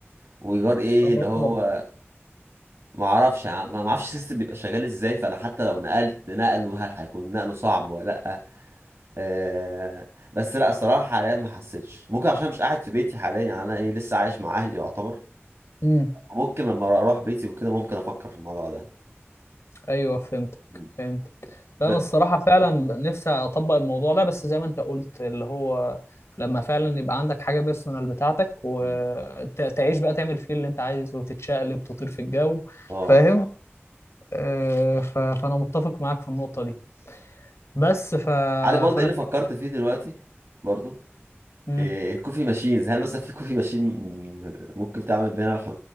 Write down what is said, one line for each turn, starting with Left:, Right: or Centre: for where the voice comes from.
Right: وايجار ايه
Left: اه
Right: اللي هو ما اعرفش يا عم- ما اعرفش السيستم بيبقى شغال ازاي فانا حتى لو نقلت نقله هل هيكون نقله صعب ولا لا آه بس لا الصراحة حاليا ما حسيتش ممكن عشان مش قاعد في بيتي حاليا يعني انا ايه لسه عايش مع اهلي يعتبر
Left: امم
Right: ممكن لما اروح بيتي وكده ممكن افكر في الموضوع ده
Left: ايوه فهمتك
Right: مم.
Left: فهمتك لا
Right: ب...
Left: انا الصراحه فعلا نفسي اطبق الموضوع ده بس زي ما انت قلت اللي هو لما فعلا يبقى عندك حاجه بيرسونال بتاعتك وتعيش
Right: مم.
Left: بقى تعمل فيه اللي انت عايزه وتتشقلب تطير في الجو
Right: اه
Left: فاهم آه، ف- فانا متفق معاك في النقطه دي بس ف...
Right: عارف برضه
Left: فانا
Right: ايه اللي فكرت
Left: شايف-
Right: فيه دلوقتي برضه
Left: مم.
Right: إيه الكوفي ماشينز هل مثلا في كوفي ماشين ممكن تعمل بينا الح-